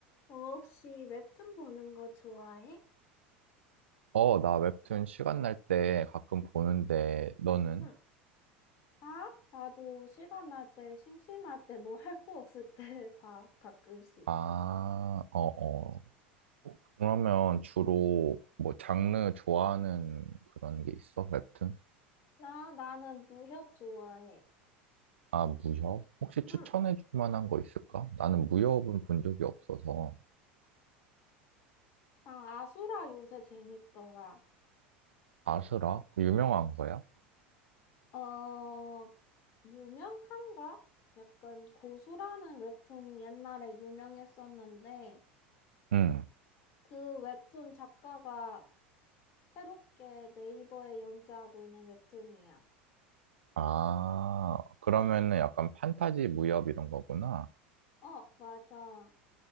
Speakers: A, on the left; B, on the right.
A: 너 혹시 웹툰 보는 거 좋아해?
B: 어, 나 웹툰 시간 날 때 가끔 보는데, 너는?
A: 응, 나? 나도 시간 날 때, 심심할 때, 뭐 할 거 없을 때 <laughs> 봐, 가끔씩.
B: 아, 어, 어. 어, 그러면 주로 뭐 장르 좋아하는 그런 게 있어? 웹툰?
A: 나, 나는 무협 좋아해.
B: 아, 무협? 혹시 추천해
A: 응,
B: 줄 만한 거 있을까? 나는 무협은 본 적이 없어서.
A: 나 아수라 요새 재밌더라.
B: 아스라? 그 유명한 거야?
A: 어, 유명한가? 약간 고수라는 웹툰이 옛날에 유명했었는데,
B: 응.
A: 그 웹툰 작가가 새롭게 네이버에 연재하고 있는 웹툰이야.
B: 아, 그러면은 약간 판타지 무협 이런 거구나.
A: 어, 맞아.